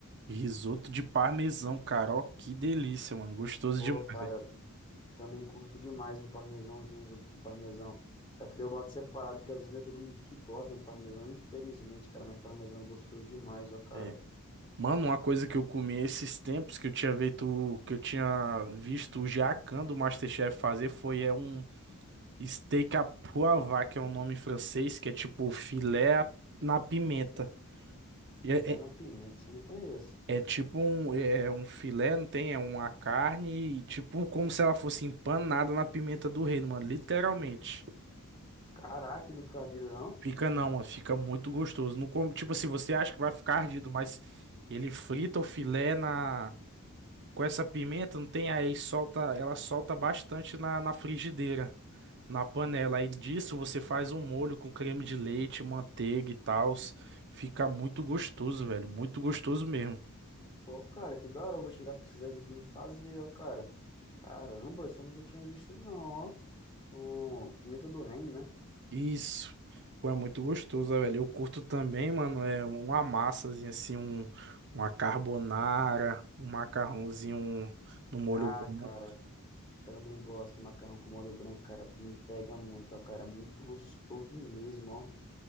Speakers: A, on the right (about 55°); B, on the left (about 20°).
A: Risoto de parmesão, cara. Ó, que delícia, mano. Gostoso
B: Pô,
A: demais,
B: cara,
A: velho.
B: também curto demais um parmesãozinho, um risoto com parmesão. Só que daí eu boto separado, que às vezes não é todo mundo que gosta do parmesão, infelizmente, cara. Mas parmesão é gostoso demais, ó, cara.
A: É. Mano, uma coisa que eu comi esses tempos que eu tinha visto, que eu tinha visto o jacan do MasterChef fazer foi é um steak à poivre, que é um nome em francês, que é tipo filé à- na pimenta.
B: Filé
A: E É, é,
B: na pimenta, isso eu não conheço.
A: é tipo um, é um filé, não tem? É uma carne, e tipo como se ela fosse empanada na pimenta do reino, mano, literalmente.
B: Caraca, não fica ardido, não?
A: Fica não, mano, fica muito gostoso. Não come, tipo assim, você acha que vai ficar ardido, mas ele frita o filé na com essa pimenta, não tem aí, solta, ela solta bastante na, na frigideira, na panela. Aí disso você faz um molho com creme de leite, manteiga e tal. Fica muito gostoso, velho, muito gostoso mesmo.
B: Pô, cara, que da hora. Eu vou chegar a precisar isso aqui me fazer, ó, cara. Caramba, isso eu nunca tinha visto, não, ó. Com pimenta do reino, né?
A: Isso. Pô, é muito gostoso, velho. Eu curto também, mano, é uma massazinha assim, um uma carbonara, um macarrãozinho um, no molho
B: Ah,
A: branco.
B: cara, Também gosto, macarrão com molho branco, cara, me pega muito, ó, cara, muito gostoso mesmo, ó.